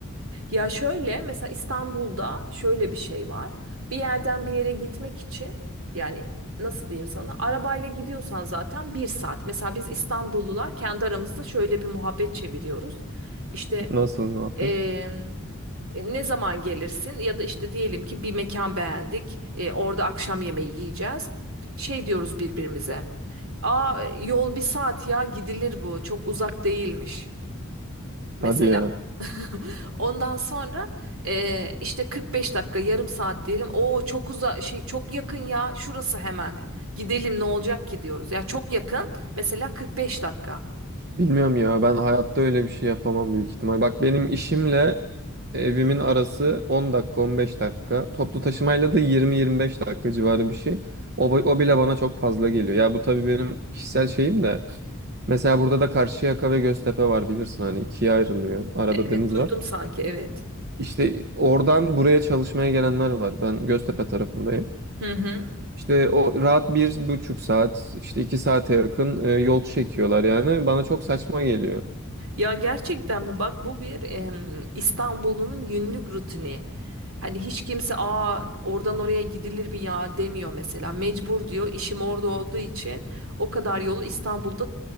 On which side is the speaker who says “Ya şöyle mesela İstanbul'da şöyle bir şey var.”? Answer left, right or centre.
Right